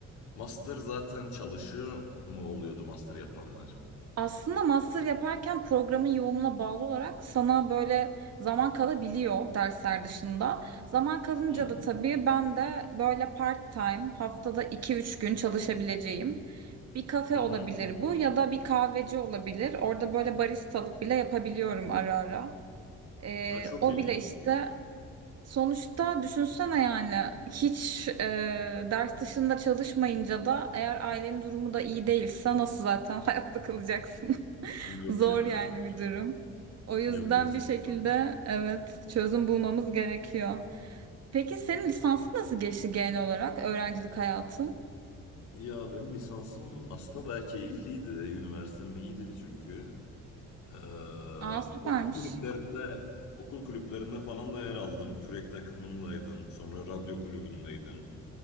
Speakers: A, on the left; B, on the right.
A: Master zaten çalışıyor mu oluyordu master yapanlar?
B: Aslında master yaparken programın yoğunluğuna bağlı olarak sana böyle zaman kalabiliyor dersler dışında. Zaman kalınca
A: Hmm.
B: da tabii ben de böyle part time haftada iki üç gün çalışabileceğim bir kafe
A: Hı hı.
B: olabilir bu ya da bir kahveci olabilir. Orada böyle baristalık bile yapabiliyorum ara ara. Ee,
A: Ha, çok
B: o
A: iyi.
B: bile işte Sonuçta düşünsene yani hiç e, ders dışında çalışmayınca da eğer ailenin durumu da iyi değilse nasıl zaten hayatta kalacaksın? <laughs>
A: Yok
B: Zor
A: ya.
B: yani bir durum. O yüzden
A: Yok gerçekten.
B: bir şekilde evet çözüm bulmamız gerekiyor. Peki senin lisansın nasıl geçti genel olarak öğrencilik hayatın?
A: Ya benim lisansım aslında bayağı keyifliydi. Üniversitem iyiydi çünkü. Ee,
B: Aa süpermiş.
A: okul kulüplerinde okul kulüplerinde falan da yer aldım. Kürek takımındaydım. Sonra radyo kulübündeydim.